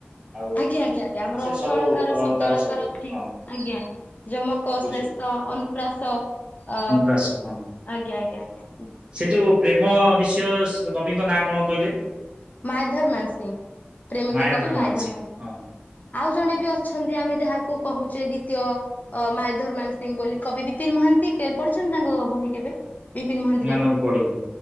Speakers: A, on the right; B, on the left.
A: ଆଉ
B: ଆଜ୍ଞା ଆଜ୍ଞା ଆଜ୍ଞା ଆମର
A: ସେ
B: ଅର୍ଥ
A: ସବୁ
B: ଅଳଙ୍କାର ଶବ୍ଦ ଅଳଙ୍କାର
A: ସବୁ
B: ଅଛି
A: ହଁ
B: ଆଜ୍ଞା ଜମକ
A: ବୁଝିଲି।
B: ଶ୍ଲେଷ୍ ଅନୁପ୍ରା ହ ଅ
A: ପ୍ରାସ ହଁ
B: ଆଜ୍ଞା ଆଜ୍ଞା ଆଜ୍ଞା
A: ସେ ଯୋଉ ପ୍ରେମ ବିଷୟ ଙ୍କ ନାଁ କଣ କହିଲେ?
B: ମାଇଧର ମାନସିିଂ ପ୍ରେମିକ
A: ମାୟାଧର
B: କବି ମାଇଧର
A: ମାନସିଂ
B: ମାନସିିଂ
A: ହଁ
B: ଆଉ ଜଣେ
A: ହଁ ହଁ
B: ବି ଅଛନ୍ତି ଆମେ ଯାହାକୁ କୁ କହୁଛେ ଦ୍ୱିତୀୟ ଅ ମାାୟଧର ମ ସିଂହ ବୋଲି କବି ବିପିନ ମହାନ୍ତି ପଢଛନ୍ତି ତାଙ୍କ ବହି କେବେ ବିପିନ ମହାନ୍ତିଙ୍କର
A: ନା ନା ମୁଁ ପଢିନି